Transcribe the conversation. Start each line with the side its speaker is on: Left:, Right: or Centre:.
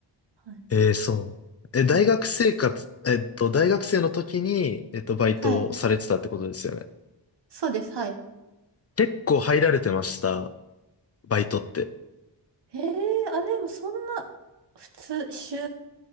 Right: はい。
Left: ええそう。え、大学生活、
Right: うん。
Left: えっと、大学生の時に、えっと、バイトをされてたってことですよね。
Right: はい。そうです。はい。
Left: 結構入られてました、バイトって。
Right: ええーあ、でもそんな、普通、週